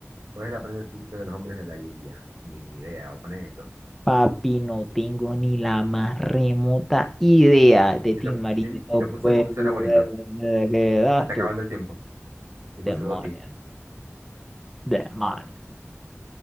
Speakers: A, on the right; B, in the centre.
A: ¿Cuál es la prenda típica de los hombres de la India? Ni idea, voy a poner esto.
B: Papi, no tengo ni la más remota idea de
A: Y
B: ti,
A: lo,
B: marido.
A: y, y
B: No
A: lo
B: puedo
A: puse porque suena
B: creer
A: bonito.
B: <laughs> ¿Qué das
A: Se está acabando
B: tú?
A: el tiempo. Yo puse
B: Demonios.
A: Doti.
B: Demonios.